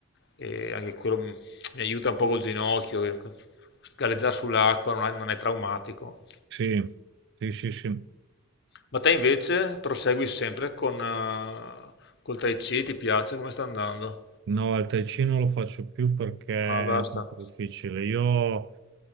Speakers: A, on the left; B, on the right.
A: e anche quello mi mi aiuta un po' col ginocchio. Galleggiare sull'acqua non è, non è traumatico.
B: Sì, sì, sì, sì.
A: Ma te invece prosegui sempre con eh, col Tai Chi, ti piace? Come sta andando?
B: No, al Tai non lo faccio più perché
A: Ah, basta.
B: è troppo difficile. Io